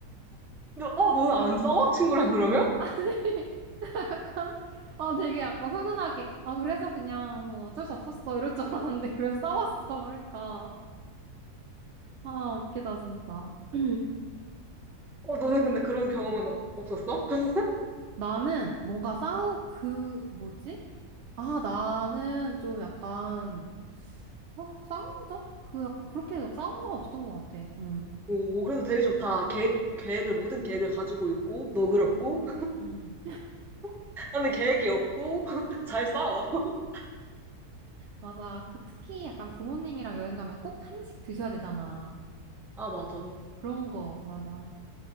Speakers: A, in the centre; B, on the right.
A: 너, 어 너는 안 싸워? 친구랑 그러면?
B: <laughs> 약간, 아, 되게 약간 훈훈하게, 아, 그래서 그냥 뭐 어쩔 수 없었어. 이럴 줄 알았는데, <laughs> 그래서 싸웠어. 그러니까. 아, 웃기다, 진짜. <clears throat>
A: 어 너는 근데 그런 경험은
B: 응.
A: 없었어? <laughs>
B: 나는 뭔가 싸우, 그, 뭐지? 아, 나는 좀 약간, 어, 싸운 적? 그 약간 그렇게 막 싸운 적 없었던 것 같아. 응.
A: 오 그래도 되게 좋다. 계획 계획을 모든 계획을 가지고 있고 너그럽고
B: 음, 음.
A: <laughs> 나는 계획이 없고 <laughs> 잘 싸워. <laughs>
B: 맞아. 그 특히 약간 부모님이랑 여행 가면 꼭 한식 드셔야 되잖아.
A: 아 맞아.
B: 그런 거, 맞아.